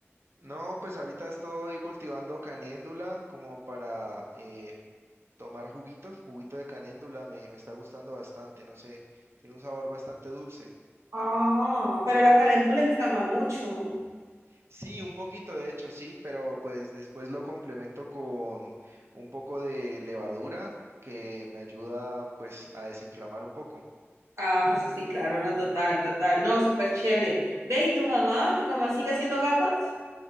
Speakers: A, on the right; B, on the right.
A: No, pues ahorita estoy cultivando canéndula como para eh, tomar juguitos, juguito de canéndula. Me, me está gustando bastante, no sé, tiene un sabor bastante dulce.
B: Ah, pero la caléndula inflama mucho.
A: Sí, un poquito de hecho, sí, pero pues después lo complemento con un poco de levadura que me ayuda pues a desinflamar un poco.
B: Ah, sí, claro, no, total, total, no, súper chévere. Ve, ¿y tu mamá? ¿Tu mamá sigue haciendo gafas?